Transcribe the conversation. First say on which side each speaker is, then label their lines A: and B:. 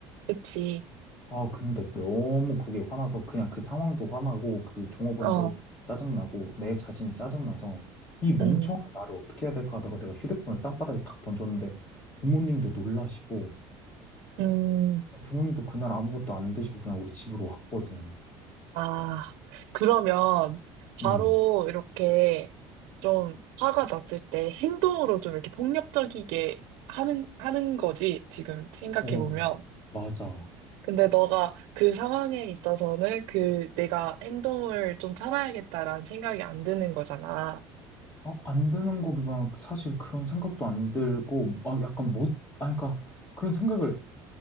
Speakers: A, on the right; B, on the left.
A: 그치.
B: 아, 근데 너무 그게 화나서 그냥 그 상황도 화나고 그 종업원도
A: 어,
B: 짜증나고 내 자신이 짜증나서 이 멍청한
A: 음,
B: 나를 어떻게 해야 될까 하다가 내가 휴대폰을 땅바닥에 탁 던졌는데 부모님도 놀라시고
A: 음.
B: 부모님도 그날 아무것도 안 드시고 그냥 우리 집으로 왔거든.
A: 아, 그러면 바로
B: 음.
A: 이렇게 좀 화가 났을 때 행동으로 좀 이렇게 폭력적이게 하는, 하는 거지, 지금 생각해보면.
B: 어, 맞아.
A: 근데 너가 그 상황에 있어서는 그 내가 행동을 좀 참아야겠다라는 생각이 안 드는 거잖아.
B: 아, 안 되는 거기만 사실 그런 생각도 안 들고, 아, 약간 못, 아니, 그러니까 그런 생각을